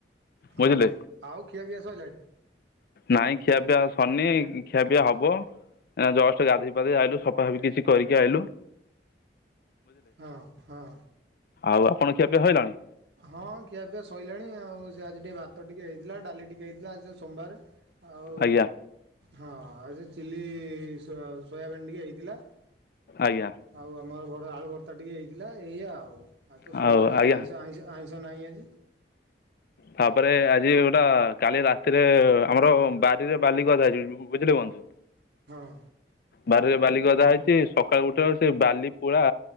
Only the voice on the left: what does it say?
ବୁଝିଲେ
ନାଇଁ ଖିଆ ପିଆ ସରିନି ଖିଆ ପିଆ ହବ। ନା ଜଷ୍ଟ୍ ଗାଧୋଇ ଫାଧେଇ ଆଇଲୁ ସଫା ସଫି କିଛି କରିକି ଆଇଲୁ।
ଆଉ ଆପଣ <unintelligible>
ଆଜ୍ଞା
ଆଜ୍ଞା।
ଆଉ
ଆଜ୍ଞା
ତାପରେ ଆଜି ଗୋଟା କାଲି ରାତିରେ ଆମର ବାରିରେ ବାଲି ଗଦା ହେଇଚି କୁ ବୁଝିଲେ ବନ୍ଧୁ?
ବାରିରେ ବାଲି ଗଦା ହେଇଚି ସକାଳୁ ଉଠିଲା ଅଳୁ ସେ ବାଲି ପୁଳା